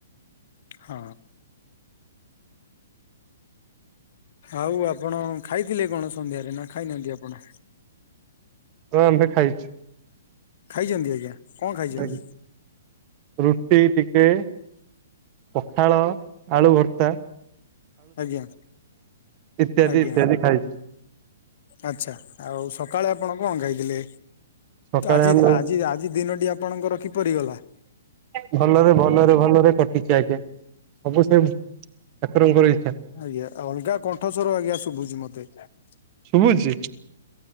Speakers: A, on the left; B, on the right.
A: ହଁ। ଆଉ ଆପଣ ଖାଇଥିଲେ କଣ ସନ୍ଧ୍ୟାରେ ନା ଖାଇନାହାନ୍ତି ଆପଣ
B: ତ ଆମବେେ ଖାଇଛୁ।
A: ଖାଇଛନ୍ତି ଆଜ୍ଞା। କଣ ଖାଇଛନ୍ତି
B: <unintelligible> ଟିକେ ପଖାଳ, ଆଳୁ ଭର୍ତା
A: ଆଜ୍ଞା,
B: ଇତ୍ୟାଦି
A: ଆଜ୍ଞା।
B: ଇତ୍ୟାଦି ଖାଇଛି
A: ଆଛା, ଆଉ ସକାଳେ ଆପଣ କଣ ଖାଇଥିଲେ?
B: ସକାଳେ
A: ଆଜି
B: ଆମେ
A: ଆଜି ଆଜି ଦିନଟି ଆପଣଙ୍କର କିପରି ଗଲା?
B: ଭଲରେ ଭଲରେ ଭଲରେ କଟି ଆଠ୍େ ଆଜ୍ଞା ସବୁ ସେ <unintelligible> ଠାକୁରଙ୍କର ଇଚ୍ଛା
A: ଆଜ୍ଞା, ଅଲଗା କଣ୍ଠ ସ୍ବର ଆଜ୍ଞା, ଶୁଭୁଛି ମତେ। ଦେିକା <unintelligible>
B: ଶୁଭୁଛି,